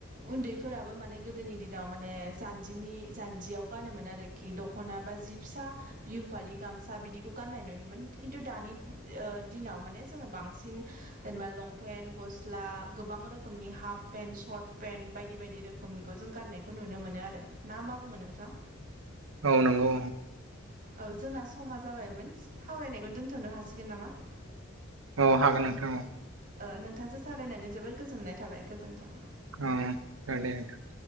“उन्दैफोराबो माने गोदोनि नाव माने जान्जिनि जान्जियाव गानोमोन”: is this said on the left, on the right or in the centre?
Right